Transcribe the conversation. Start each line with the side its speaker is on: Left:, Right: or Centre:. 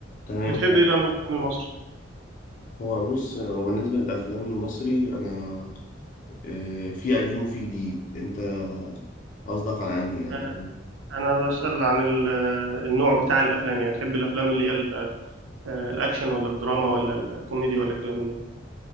Left: تمام
Right: بتحب ايه بقى من الافلام المصري
Left: هو بص هو بالنسبة للأفلام المصري أنا آه، في قديم وفي جديد أنت قصدك على أنهي يعني
Right: آه، انا بسأل عن ال- آه، النوع بتاع الافلام يعني بتحب الافلام اللي هي ال- آه، الاكشن ولا الدراما ولا الكوميدي ولا الكلام من ده